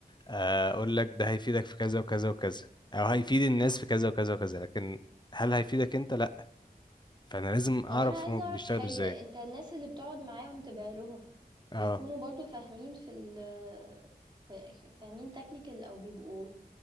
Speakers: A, on the left; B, on the right.
A: آه، اقول لك ده هيفيدك في كذا وكذا وكذا او هيفيد الناس في كذا وكذا وكذا لكن هل هيفيدك انت لا فانا لازم اعرف
B: طب انا عايزة
A: هما بيشتغلوا
B: اعرف حاجة
A: ازاي
B: انت الناس اللي بتقعد معاهم تبيع لهم
A: اه
B: بيكونوا برضو فاهمين في ال ف- فاهمين تكنيكال او بيبقوا